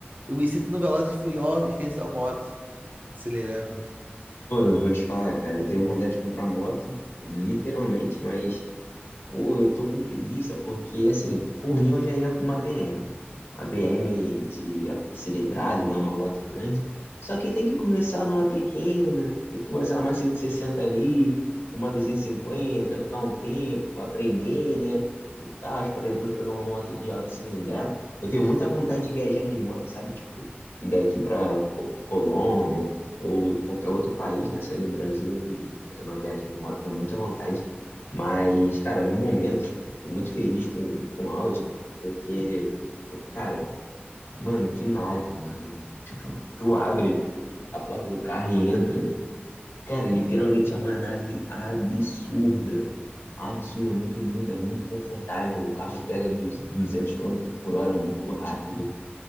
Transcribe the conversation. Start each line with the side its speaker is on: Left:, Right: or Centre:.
Right: Eu me sinto no Velozes e Furiosos versão moto, acelerando.
Left: Pô, eu vou te falar, cara, eu tenho vontade de comprar moto, literalmente, mas Pô, eu tô com preguiça porque, assim, por mim eu já ia pra uma BM. Uma BM de alta cilindrada, né? Uma moto grande. Só que tem que começar numa pequena, tem que começar numa 160 ali, uma 250, ficar um tempo pra aprender, né? E tal, para depois pegar uma moto de alta cilindrada. Eu tenho muita vontade de viajar de moto, sabe? Tipo, ir daqui pra Co- Colômbia ou qualquer outro país, né? Sair do Brasil e fazer uma viagem de moto, tenho muita vontade. Mas, cara, no momento, tô muito feliz com, com o Audi, porque, eu, cara, mano, que nave, mano. Tipo, tu abre a porta do carro e entra. Cara, literalmente é uma nave absurda. Absurda, muito linda, muito confortável. O carro pega dos 200 quilômetros por hora muito rápido.